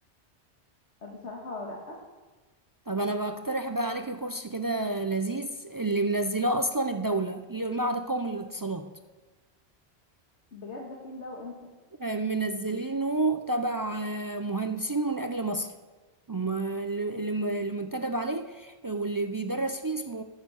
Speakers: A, on the left; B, on the right.
A: بصراحة لأ
B: طب انا بقترح بقى عليكي كورس كده لذيذ اللي منزلاه اصلا الدولة اللي هو المعهد القومي للاتصالات
A: بجد ده فين ده وامتى
B: آه، منزلينه تبع آه، مهندسين من أجل مصر هم اللي اللي- اللي منتدب عليه آه، واللي بيدرس فيه اسمه